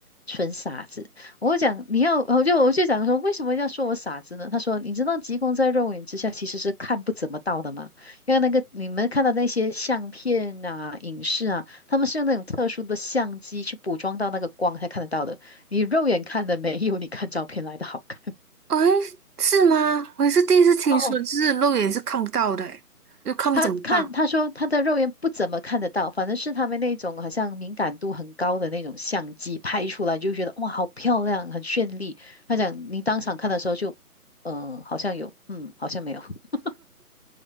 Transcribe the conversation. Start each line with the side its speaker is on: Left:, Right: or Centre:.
Left: 纯傻子，我讲你要，我就我就讲说为什么要说我傻子呢？他说你知道极光在肉眼之下其实是看不怎么到的吗？因为那个你们看到那些相片啊、影视啊。他们是用那种特殊的相机去捕捉到那个光才看得到的，你肉眼看的没有你看照片来的好看。<laughs>
Right: 哎，是吗？我还是第一次听说，
Left: 哦，
Right: 就是肉眼是看不到的欸，诶又看不怎么到。
Left: 他看他说他的肉眼不怎么看得到，反正是他们那种好像敏感度很高的那种相机拍出来就觉得哇好漂亮，很绚丽。他讲你当场看的时候就，嗯、好像有，嗯，好像没有。<laughs>